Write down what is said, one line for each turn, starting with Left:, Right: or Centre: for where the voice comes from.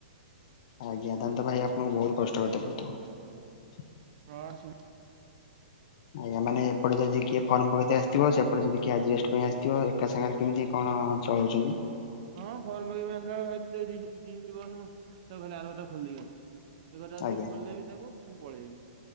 Left: ଆଜ୍ଞା, ତାହାନେ ତ ଭାଇ ଆପଣଙ୍କୁ ବହୁତ କଷ୍ଟ କରିତେ ପଡୁଥିବ।
Right: ଆ ର ସି ବି
Left: ଆଜ୍ଞା, ମାନେ ଏ ପଟେ ଯଦି କିଏ ଫର୍ମ ପକେଇତେ ଥିବ, ସେପଟେ ଯଦି କିଏ ଆଜବେଷ୍ଟ ପାଇଁ ଆସିଥିବ, ଏକା ସାଙ୍ଗରେ କେମିତି କଣ ଚଳଉଛନ୍ତି?
Right: ହଁ ଫର୍ମ କେ ଆସିଲ ଭାଇ ଦି <unintelligible> ଲଇ ମିନଟ ବସ ଖାଲି ଆର ଘର ଟା ଖୋଲିଦେଇ ଆସୁଛି। ସେ ଘରଟା ଆସିକି
Left: ଆଜ୍ଞା
Right: ଖୋଲିଦେବି ତାକୁ, ମୁଁ ପଳେଇବି,